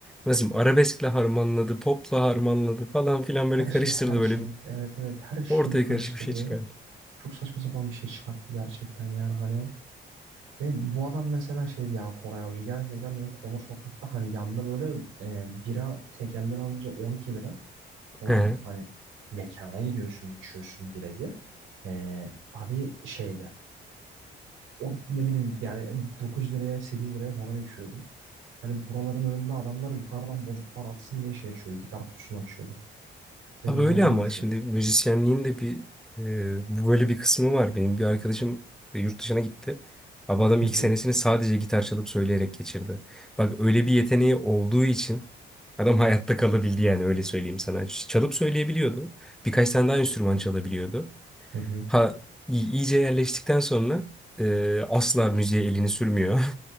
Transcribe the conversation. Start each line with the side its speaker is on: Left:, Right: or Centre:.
Centre: Ee, nasıl diyeyim, arabeskle harmanladı, popla harmanladı falan filan böyle
Right: Her
Centre: karıştırdı
Right: şey her
Centre: böyle
Right: şey. Evet evet her şeyi
Centre: ortaya
Right: karıştırdı.
Centre: karışık bir şey çıkardı.
Right: Çok saçma sapan bir şey çıkarttı gerçekten yani hani. Ve bu adam mesela şeydi ya Koray Avcı. Gerçekten benim Konur Sokak'ta hani yanında böyle e, bira tekelden alınca 12 lira. Tamam
Centre: He.
Right: mı? Hani mekana gidiyorsun içiyorsun birayı. E, abi şeydi. o ne bileyim yani 9 liraya 8 liraya falan içiyordum. Hani buraların önünde adamlar yukarıdan bozuk para atsın diye şey açıyordu. Gitar kutusunu açıyordu. Ve
Centre: Abi
Right: biz
Centre: öyle
Right: bu adamı
Centre: ama
Right: meşhur
Centre: şimdi
Right: ettik.
Centre: müzisyenliğin de bir e, bu böyle bir kısmı var. Benim bir arkadaşım e, yurt dışına gitti. Abi adam
Right: Hı
Centre: ilk
Right: hı.
Centre: senesini sadece gitar çalıp söyleyerek geçirdi. Bak öyle bir yeteneği olduğu için adam hayatta kalabildi yani öyle söyleyeyim sana. Çalıp söyleyebiliyordu. Birkaç tane daha enstrüman çalabiliyordu.
Right: Hı hı.
Centre: Ha iy- iyice yerleştikten sonra e, asla müziğe elini sürmüyor. <laughs>